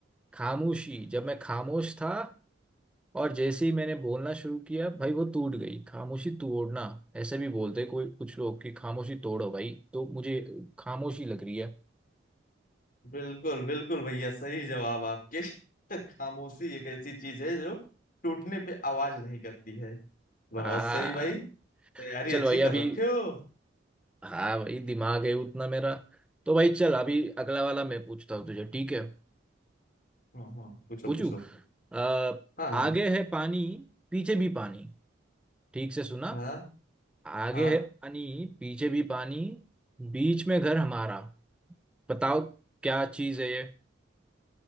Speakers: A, in the centre; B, on the left (about 45°).
A: खामोशी जब मैं खामोश था और जैसे ही मैंने बोलना शुरू किया भाई वो टूट गई खामोशी तोड़ना ऐसे भी बोलते हैं कोई कुछ लोग कि खामोशी तोड़ो भाई तो मुझे खामोशी लग रही है
B: बिल्कुल बिल्कुल भैया सही जवाब आपके <laughs> खामोशी एक ऐसी चीज है जो टूटने पे आवाज नहीं करती है
A: आ
B: बहुत सही भाई तैयारी
A: चल
B: अच्छी
A: भाई
B: कर
A: अभी
B: रखे हो
A: हाँ भाई दिमाग है उतना मेरा तो भाई चल अभी अगला वाला मैं पूछता हूँ तुझे ठीक है
B: हम्म हम्म पूछो
A: पूछू
B: पूछो
A: आ,
B: हाँ हाँ
A: आगे है पानी पीछे भी पानी ठीक से सुना
B: हाँ
A: आगे
B: हाँ
A: है पानी पीछे भी पानी बीच में घर हमारा बताओ क्या चीज है ये